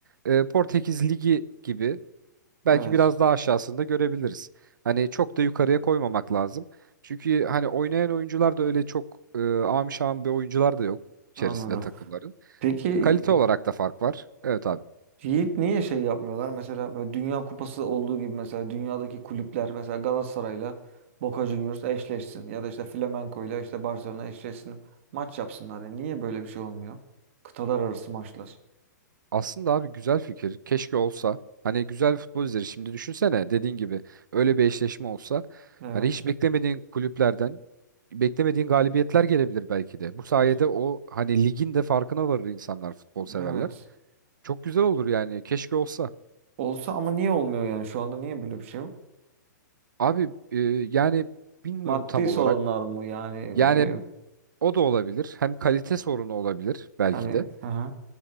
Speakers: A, on the right; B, on the right.
A: e, Portekiz Ligi gibi belki
B: Evet.
A: biraz daha aşağısında görebiliriz. Hani çok da yukarıya koymamak lazım. Çünkü hani oynayan oyuncular da öyle çok e, am şam bir oyuncular da yok içerisinde
B: Anladım.
A: takımların.
B: Peki
A: Kalite olarak da fark var. Evet abi.
B: Yiğit niye şey yapmıyorlar? Mesela böyle Dünya Kupası olduğu gibi mesela dünyadaki kulüpler mesela Galatasaray'la Boca Juniors eşleşsin ya da işte Flamenco'yla işte Barcelona eşleşsin. Maç yapsınlar. Yani niye böyle bir şey olmuyor? Kıtalar arası maçlar.
A: Aslında abi güzel fikir. Keşke olsa. Hani güzel futbol izleri. Şimdi düşünsene dediğin gibi öyle bir eşleşme olsa.
B: Evet.
A: Hani hiç beklemediğin kulüplerden beklemediğin galibiyetler gelebilir belki de. Bu sayede
B: Hı hı.
A: o hani ligin de farkına varır insanlar futbol severler.
B: Evet.
A: Çok güzel olur yani. Keşke olsa.
B: Olsa ama niye olmuyor yani? Şu anda niye böyle bir şey yok?
A: Abi e, yani bilmiyorum
B: Maddi
A: tam olarak.
B: sorunlar mı yani
A: Yani
B: ne bileyim
A: o da olabilir. Hem kalite sorunu olabilir belki
B: hani
A: de.
B: hı hı.